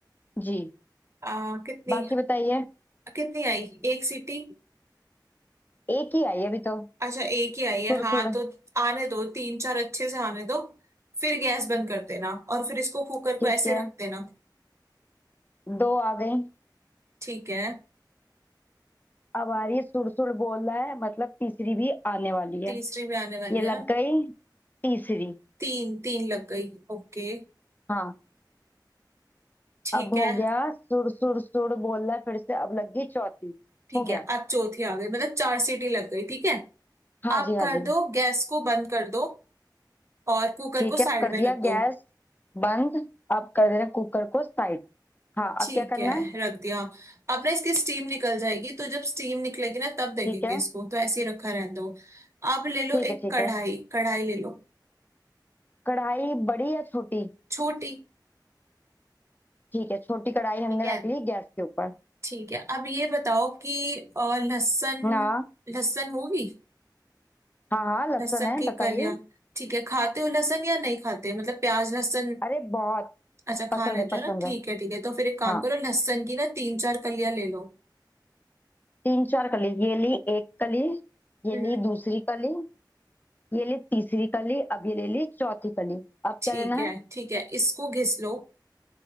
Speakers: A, on the left; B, on the right.
A: जी
B: आ, कितनी
A: बाकी बताइए
B: कितनी आई एक सीटी
A: एक ही आई अभी तो
B: अच्छा एक ही आई है
A: सुड़
B: हाँ
A: सुड़
B: तो आने दो तीन चार अच्छे से आने दो फिर गैस बंद कर देना और फिर इसको कुकर को
A: ठीक
B: ऐसे
A: है
B: रख देना
A: दो आ गई
B: ठीक है
A: अब आ रही है सुड़ सुड़ बोल रहा है मतलब तीसरी भी आने वाली है
B: तीसरी भी आने वाली
A: ये
B: है
A: लग
B: ना
A: गई तीसरी
B: तीन तीन लग गई ओके
A: हाँ
B: ठीक
A: अब हो
B: है
A: गया सुड़ सुड़ सुड़ बोल रहा है फिर से अब लग गई चौथी
B: ठीक
A: हो गया
B: है अब चौथी आ गई मतलब चार सीटी लग गई ठीक है
A: हाँ
B: आप
A: जी हाँ
B: कर
A: जी
B: दो गैस को बंद कर दो और कुकर
A: ठीक
B: को साइड
A: है अब कर
B: में
A: दिया
B: रख दो
A: गैस बंद अब कर देना कुकर को साइड हाँ
B: ठीक
A: अब क्या करना
B: है
A: है
B: रख दिया अब ना इसकी स्टीम निकल जाएगी तो जब स्टीम निकलेगी ना तब देखेंगे
A: ठीक है
B: इसको तो ऐसे ही रखा रहने दो अब ले लो
A: ठीक
B: एक
A: है ठीक
B: कढ़ाई
A: है
B: कढ़ाई ले लो
A: कढ़ाई बड़ी या छोटी
B: छोटी
A: ठीक है छोटी कढ़ाई हमने
B: ठीक है
A: रख ली गैस के ऊपर
B: ठीक है अब ये बताओ कि अ, लहसुन
A: ना
B: लहसुन होगी
A: हाँ हाँ लहसुन
B: लहसुन
A: है
B: की
A: बताइए
B: कलियां ठीक है खाते हो लहसुन या नहीं खाते मतलब प्याज लहसुन
A: अरे बहुत
B: अच्छा
A: पसंद
B: खा लेते
A: है पसंद
B: हो ना ठीक
A: है
B: है ठीक है तो फिर एक काम
A: हाँ
B: करो लहसुन की ना तीन चार कलियां ले लो
A: तीन चार कली ये ली एक कली ये
B: हम्म
A: ली दूसरी कली ये ली तीसरी कली अब ये ले ली चौथी कली अब
B: ठीक
A: क्या लेना
B: है
A: है
B: ठीक है इसको घिस लो